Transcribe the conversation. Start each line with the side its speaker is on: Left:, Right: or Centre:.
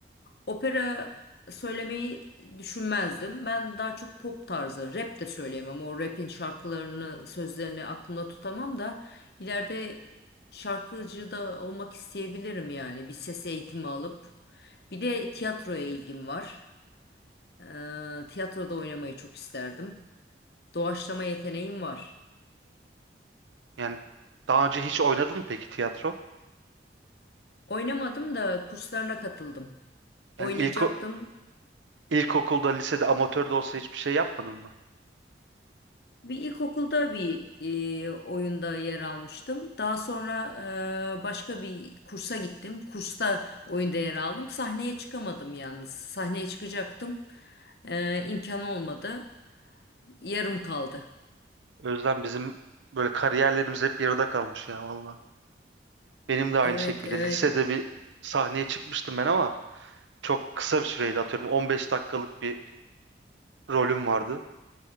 Left: Opera söylemeyi düşünmezdim. Ben daha çok pop tarzı, rap de söyleyemem. O rap'in şarkılarını, sözlerini aklımda tutamam da ileride şarkıcı da olmak isteyebilirim yani. Bir ses eğitimi alıp. Bir de tiyatroya ilgim var. Ee, tiyatroda oynamayı çok isterdim. Doğaçlama yeteneğim var.
Right: Yani daha önce hiç oynadın mı peki tiyatro?
Left: Oynamadım da kurslarına katıldım. Oynayacaktım.
Right: Yani ilk ilkokulda, lisede, amatör de olsa hiçbir şey yapmadın mı?
Left: Bir ilkokulda bir e, oyunda yer almıştım. Daha sonra e, başka bir kursa gittim. Kursta oyunda yer aldım. Sahneye çıkamadım yalnız. Sahneye çıkacaktım. E, imkanı olmadı. Yarım kaldı.
Right: Özlem bizim böyle kariyerlerimiz hep yarıda kalmış ya valla. Benim de aynı
Left: Evet,
Right: şekilde
Left: evet.
Right: lisede bir sahneye çıkmıştım ben ama çok kısa bir süreydi atıyorum. 15 dakikalık bir rolüm vardı.